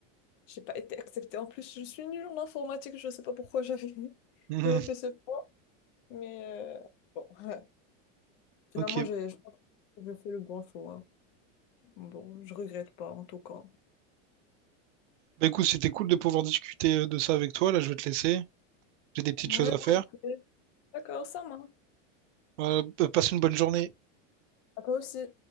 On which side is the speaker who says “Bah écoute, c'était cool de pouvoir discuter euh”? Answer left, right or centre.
Right